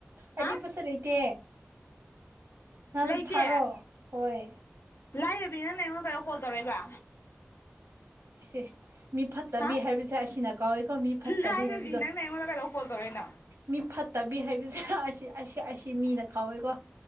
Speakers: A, on the right (about 80°); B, on the left (about 65°).
A: ꯑꯩꯗꯤ
B: ꯍꯥ
A: ꯄꯩꯁ ꯂꯩꯇꯦ ꯅꯪ
B: ꯂꯩꯇꯦ
A: ꯊꯥꯔꯣ ꯍꯣꯏ
B: ꯂꯥꯏꯔꯕꯤ ꯅꯪꯅ ꯑꯩꯉꯣꯟ ꯀꯩꯗꯧ ꯀꯣꯜ ꯇꯧꯔꯛꯏꯕ
A: ꯢꯁꯦ ꯃꯤꯐꯠ ꯐꯠꯇꯕꯤ
B: ꯍꯥ
A: ꯍꯥꯏꯕꯁꯦ ꯑꯁꯤꯅ ꯀꯥꯎꯋꯦꯀꯣ ꯃꯤ ꯐꯠꯇꯕꯤ
B: ꯂꯥꯏꯔꯕꯤ
A: ꯍꯥꯏꯕꯗꯣ
B: ꯅꯪꯅ ꯑꯩꯉꯣꯟꯗ ꯀꯩꯗꯧ ꯀꯣꯜ ꯇꯧꯔꯛꯏꯅꯣ
A: ꯃꯤ ꯐꯠꯇꯕꯤ ꯍꯥꯏꯕꯁꯦ ꯑꯁꯤ ꯑꯁꯤ ꯑꯁꯤ ꯃꯤꯅ ꯀꯥꯎꯋꯦꯀꯣ